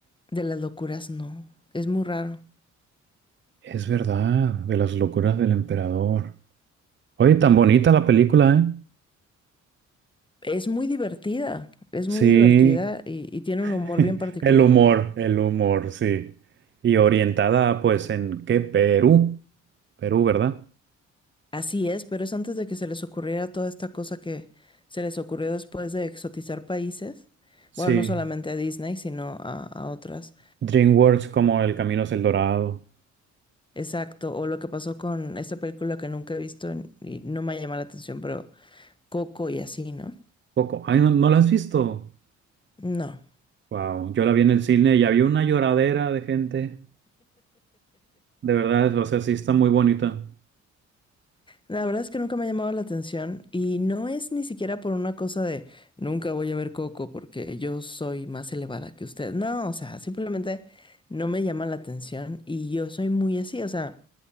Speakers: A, on the left; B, on the right.
A: de las locuras no. Es muy raro.
B: es verdad, de las locuras del emperador. Oye, tan bonita la película, ¿eh?
A: Es muy divertida. Es
B: Sí,
A: muy divertida y
B: <laughs>
A: y tiene un humor bien particular.
B: el humor, el humor, sí. Y orientada, pues, ¿en qué? Perú. Perú, ¿verdad?
A: Así es, pero es antes de que se les ocurriera toda esta cosa que se les ocurrió después de exotizar países.
B: Sí.
A: Bueno, no solamente a Disney, sino a, a otras.
B: DreamWorks como El Camino es el Dorado.
A: Exacto, o lo que pasó con esta película que nunca he visto en- y no me ha llamado la atención, pero Coco y así, ¿no?
B: Coco. Ay, ¿no, no la has visto?
A: No.
B: Wow, yo la vi en el cine y había una lloradera de gente. De verdad, o sea, sí está muy bonita.
A: La verdad es que nunca me ha llamado la atención y no es ni siquiera por una cosa de nunca voy a ver Coco porque yo soy más elevada que usted. No, o sea, simplemente no me llama la atención y yo soy muy así, o sea.